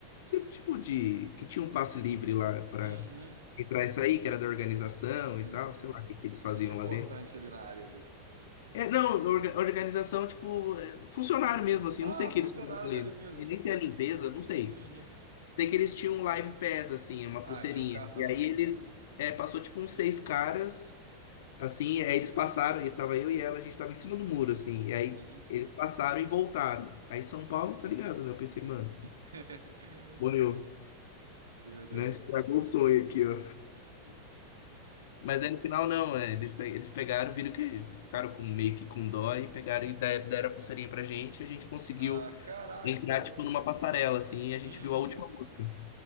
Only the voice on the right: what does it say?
Uhum,
sim,
sim.
Gente importante
ali na área ali.
Ah,
funcionário
dali mesmo,
tipo
isso.
Uhum,
Ah,
tinha um cartãozinho,
sim.
uhum,
<laughs>
Verdade.
Ah, caraca.
uhum.